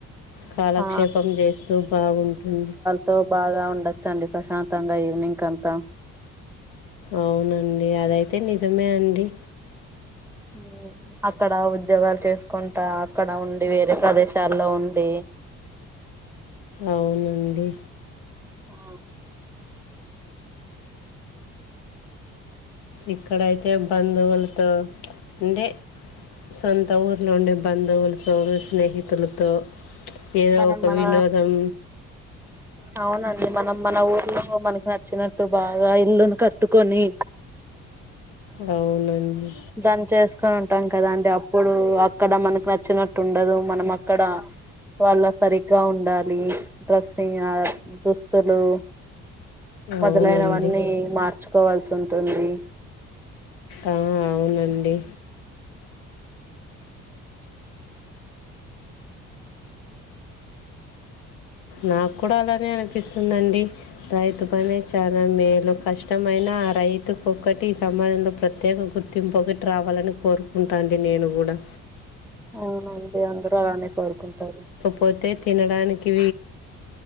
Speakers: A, on the left; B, in the centre.
A: కాలక్షేపం
B: ఆ
A: చేస్తూ బాగుంటుంది
B: తో బాగా ఉండొచ్చండి ప్రశాంతంగా ఈవినింగ్ కంతా
A: అవునండి అదైతే నిజమే అండి
B: హ్మ్ అక్కడ ఉద్యోగాలు చేసుకుంటా అక్కడ ఉండి వేరే ప్రదేశాల్లో ఉండి
A: అవునండి
B: ఆ
A: ఇక్కడైతే బంధువులతో ఉండే సొంత ఊర్లో ఉండే బంధువులతో స్నేహితులతో ఏదో
B: మనం
A: ఒక
B: మన
A: వినోదం
B: అవునండి మనం మన ఊర్లో మనకి నచ్చినట్టు బాగా ఇల్లును కట్టుకొని
A: అవునండి
B: దాన్ని చేసుకొని ఉంటాం కదా అండి అప్పుడు అక్కడ మనకు నచ్చినట్టు ఉండదు మనం అక్కడ వాళ్ళ సరిగ్గా ఉండాలి డ్రెస్సింగా దుస్తులు మొదలైనవన్నీ
A: అవునండి
B: మార్చుకోవాల్సి ఉంటుంది
A: అవును అవునండి నాకు కూడా అలానే అనిపిస్తుందండి రైతు పనే చాలా మేలు కష్టమైన ఆ రైతుకు ఒక్కటి సమాజంలో ప్ర త్యేక గుర్తింపు ఒకటి రావాలని కోరుకుంటా అండి నేను కూడా
B: అవునండి అందరూ అలానే కోరుకుంటారు
A: పోతే తినడానికి